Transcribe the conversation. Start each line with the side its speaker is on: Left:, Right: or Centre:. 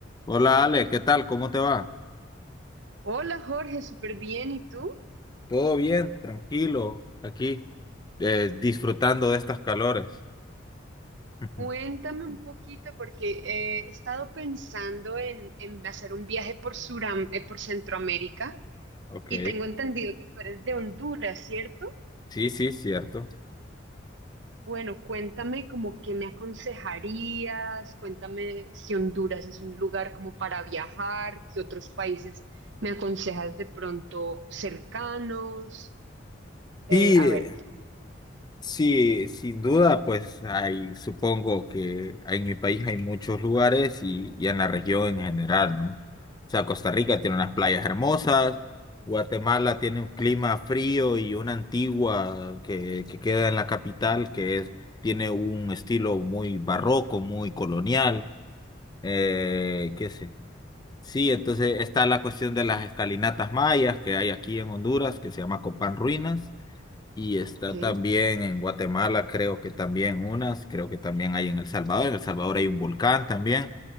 Left: Hola Ale, ¿qué tal? ¿Cómo te va?
Right: Hola Jorge, súper bien. ¿Y tú?
Left: Todo bien, tranquilo, aquí eh, disfrutando de estas calores. Ujú.
Right: Cuéntame
Left: <laughs>
Right: un poquito porque eh, he estado pensando en, en hacer un viaje por Suram, eh, por Centroamérica
Left: Ok,
Right: y tengo entendido que tú eres de Honduras, ¿cierto?
Left: sí, sí, cierto.
Right: Bueno, cuéntame como qué me aconsejarías, cuéntame si Honduras es un lugar como para viajar, qué otros países me aconsejas de pronto cercanos. Eh,
Left: Y
Right: a
Left: eh,
Right: ver, ¿qué?
Left: sí, sin duda, pues hay, supongo que en mi país hay muchos lugares y, y en la región en general, ¿no? O sea, Costa Rica tiene unas playas hermosas, Guatemala tiene un clima frío y una antigua que, que queda en la capital, que es, tiene un estilo muy barroco, muy colonial. Eh, ¿qué sé? Sí, entonces está la cuestión de las escalinatas mayas que hay aquí en Honduras, que se llama Copán Ruinas, y está
Right: ok, ok.
Left: también en Guatemala, creo que también unas, creo que también hay en El Salvador, en El Salvador hay un volcán también,